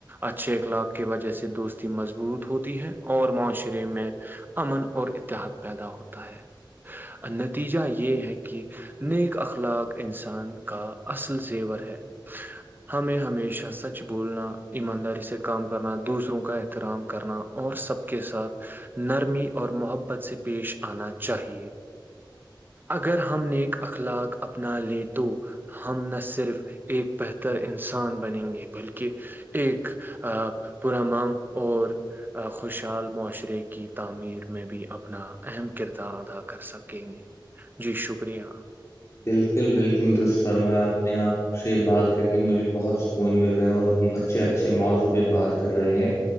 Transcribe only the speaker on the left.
بالکل بالکل دست فرمایا اپنے آپ سے بات کر کے مجھے بہت سکون مل رہا ہے اور ہم اچھے اچھے موضوع پہ بات کر رہے ہیں